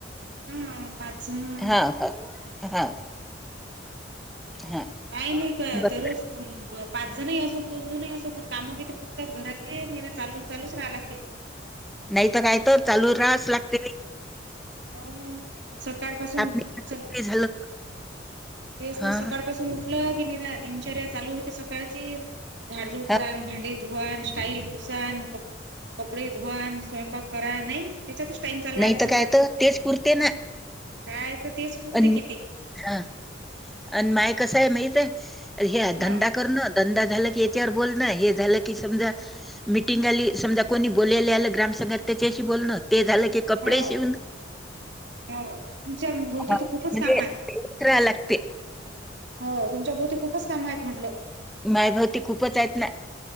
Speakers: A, on the right; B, in the centre.
A: हम, पाच <unintelligible>
B: हा
A: हम्.
B: हा हा हा
A: काही नाही का
B: बरं
A: दररोज पाच जणही असो दोन जणही असो पण कामं किती पुरतात घरात. म <unintelligible> चालू चालच राहा लागते.
B: नाहीत काय तर चालू रास लागते बाई.
A: हो, सकाळ पासून
B: नाही
A: च.
B: झालं
A: तेच
B: हा
A: ना सकाळ पासून उठलं दिनचर्या चालू होते सकाळची, झाडजुड
B: हा.
A: करा अन भांडे धुवा स्टाईल पुुसा, कपडे धुवान स्वयंपाक करा नाही. त्याच्यातच टाईम चालला
B: नाही
A: आता
B: तर
A: सगळा.
B: काय तर तेच पुरते ना.
A: काय तर तेच पुरते
B: अन
A: किती
B: हा आणि माय कसं आहे माहित आहे अ हे
A: हा
B: धंदा कर न धंदा झाला. की चार बोलन हे झालं की समजा, मीटिंग आली समजा कोणी बोले आलं ग्राम संघात त्याच्याशी बोलन. ते झालं की कपडे
A: हो
B: शिवन
A: हो तुमच्या भोवती
B: हा,
A: तर खूपच
B: म्हणजे
A: काम आहेत.
B: <unintelligible> लागते.
A: हो तुमच्या भोवती खूपच काम आहेत म्हटलं.
B: मायभवती खूपच आहेत ना.